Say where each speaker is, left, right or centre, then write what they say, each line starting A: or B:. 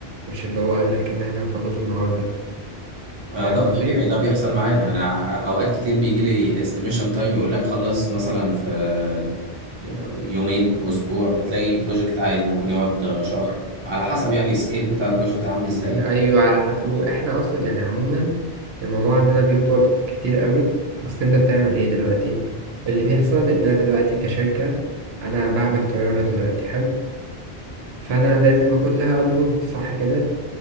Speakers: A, on the right; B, on the right.
A: مش اللي هو قال لك ان احنا هنخلصه النهارده
B: آه،
A: فاهم
B: ده الطبيعي
A: قصدي
B: ده بيحصل معانا انا اوقات كتير بيجي لي استيميشن تايم يقول لك خلص مثلا في آه، يومين اسبوع وتلاقي بروجكت عادي ممكن يقعد آه، شهر على حسب يعني السكيل بتاع البروجكت عامل ازاي
A: ايوه على حق واحنا اصلا يعني عموما الموضوع عندنا بيطول كتير قوي اصل انت بتعمل ايه دلوقتي اللي بيحصل ان انا دلوقتي كشركه انا بعمل طياره دلوقتي حلو فانا لازم اخد لها ابروف صح كده